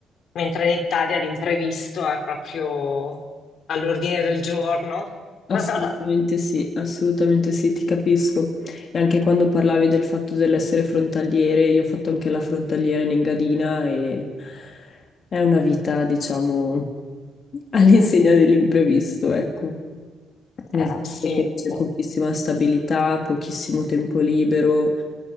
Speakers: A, on the left (about 65°); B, on the left (about 50°).
A: mentre in Italia l'imprevisto è proprio all'ordine del giorno.
B: Assolutamente
A: <laughs>
B: sì, assolutamente sì, ti capisco. E anche quando parlavi del fatto dell'essere frontaliere, io ho fatto anche la frontaliera in Engadina e è una vita, diciamo, <laughs> all'insegna dell'imprevisto, ecco. nel
A: Eh, sì,
B: senso che c'è
A: è
B: pochissima stabilità, pochissimo tempo libero